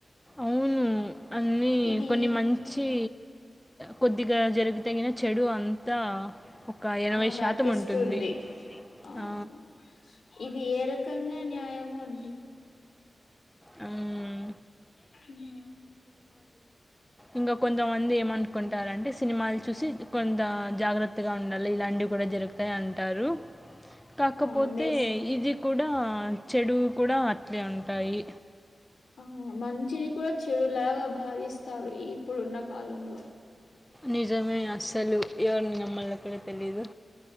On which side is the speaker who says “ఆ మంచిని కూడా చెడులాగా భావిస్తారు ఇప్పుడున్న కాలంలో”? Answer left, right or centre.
Left